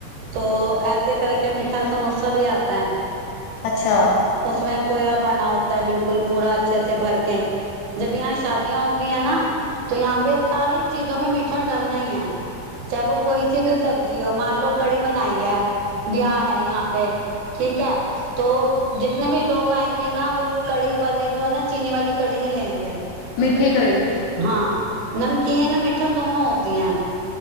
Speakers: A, on the right; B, on the left.
A: તો એસે કર કે મીઠા સમોસા ભી આતા હૈ
B: અચ્છા
A: ઉસમે ખોયા બના હોતા હે બિલકુલ પૂરા અચ્છે સે ભરકે. જબ યહા શાદીયા હોતી હૈ ના તો યહા પે સારી ચીજો મે મીઠા ડાલના હ ચાહે વો કોઈ સી ભી સબ્જીીઓ માન લો કડી બનાઈ હૈ, બ્યાહ હૈ યહાં પે ઠીક હૈ તો જિતને ભી લોગ આયંગે ના વો કડી વાલે જો હે ના ચીની વાડી કડી હી લેંગે.
B: મીઠી કડી.
A: હા નમકીન, મીઠા દોનો હોતી હૈ.